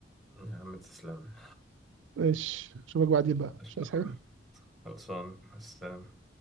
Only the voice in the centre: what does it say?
يا عم تسلم
ما شاء
الله
خلصان السلام